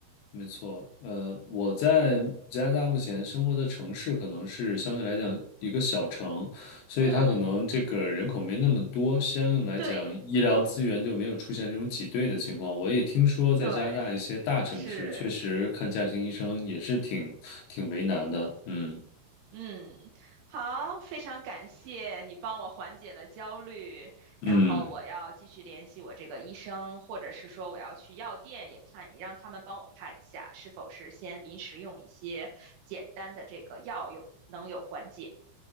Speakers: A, on the left; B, on the right.
A: 没错，呃，我在加拿大目前生活的城市可能是相对来讲一个小城，所以它可能这个人口没那么多，
B: 嗯，
A: 相应来讲医疗资源就没有出现这种挤兑的情况。
B: 对
A: 我也听说在加拿大一些大城市，
B: 对，是。
A: 确实看家庭医生也是挺挺为难的。嗯
B: 嗯，好，非常感谢你帮我缓解了焦虑，然后我要继续联系我这个医生，
A: 嗯，
B: 或者是说我要去药店也看，让他们帮我看一下，是否是先临时用一些简单的这个药有能有缓解。